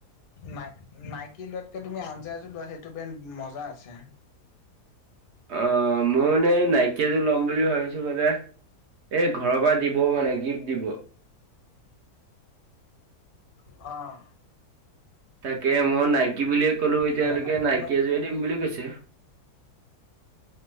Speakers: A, on the left; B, on the right.
A: নাই নাইকী লোৱাতকে তুমি আঞ্জাজো লোৱা সেইটো বেন্দ্ৰ মজা আছে‌।
B: অ মোৰ মানে এই নাইকী এযোৰ ল'ম বুলি ভাবিছোঁ মানে এই ঘৰৰ পৰা দিব মানে গিফ্ট দিব।
A: অঁহ।
B: তাকে মই নাইকী বুলিয়ে ক'লো এতিয়ালৈকে
A: সেয়া
B: নাইকী
A: তোমাক
B: এযোৱে দিম বুলি কৈছে।